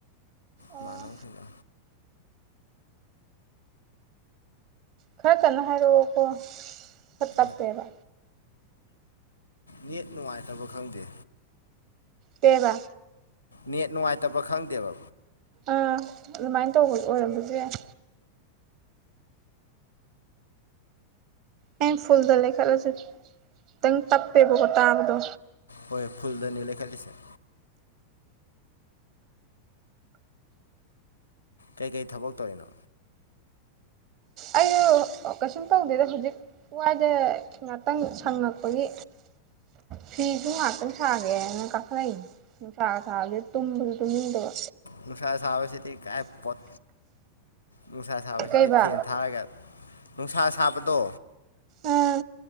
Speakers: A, on the right; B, on the left.
A: ꯑꯣ
B: ꯏꯃꯥꯟꯅꯕ ꯁꯤꯡꯒ
A: ꯈꯔ ꯀꯟꯅ ꯍꯥꯏꯔꯛꯑꯣꯀꯣ ꯈꯔ ꯇꯞꯄꯦꯕ
B: ꯍꯣꯏ ꯅꯦꯠ ꯅꯨꯡꯉꯥꯏꯇꯕ ꯈꯪꯗꯦ
A: ꯀꯦꯕ
B: ꯅꯦꯠ ꯅꯨꯡꯉꯥꯏꯇꯕ ꯈꯪꯗꯦꯕ
A: ꯑꯥ ꯑꯗꯨꯃꯥꯏꯅ ꯇꯧꯕꯖꯨ ꯑꯣꯏꯔꯝꯕꯖꯨ ꯌꯥꯏ ꯑꯩꯅ ꯐꯨꯜꯗ ꯂꯩꯈꯠꯂꯁꯨ ꯇꯪ ꯇꯞꯄꯦꯕꯀꯣ ꯇꯥꯕꯗꯣ
B: ꯍꯣꯏ ꯐꯨꯜꯗꯅꯤ ꯂꯩꯈꯠꯂꯤꯁꯦ ꯀꯩꯀꯩ ꯊꯕꯛ ꯇꯧꯏꯅꯣ
A: ꯑꯩꯌꯣ ꯀꯩꯁꯨꯝ ꯇꯧꯗꯦꯗ ꯍꯧꯖꯤꯛ ꯋꯥꯏꯗ ꯉꯥꯛꯇꯪ ꯁꯪꯉꯛꯄꯒꯤ ꯐꯤꯖꯨ ꯉꯥꯛꯇꯪ ꯁꯥꯒꯦꯅ ꯀꯥꯈꯠꯂꯛꯏꯅꯤ ꯅꯨꯡꯁꯥꯒ ꯁꯥꯥꯕꯖꯤꯗ ꯇꯨꯝꯕꯁꯨ ꯇꯨꯝꯅꯤꯡꯗꯕ
B: ꯅꯨꯡꯁꯥ ꯁꯥꯕꯁꯤꯗꯤ ꯀꯥꯏ ꯄꯣꯠ ꯅꯨꯡꯁꯥ ꯁꯥꯕꯁꯤꯗꯤ
A: ꯀꯩꯕꯥ
B: ꯐꯦꯟ ꯊꯥꯔꯒ ꯅꯨꯡꯁꯥ ꯁꯥꯕꯗꯣ
A: ꯑꯥ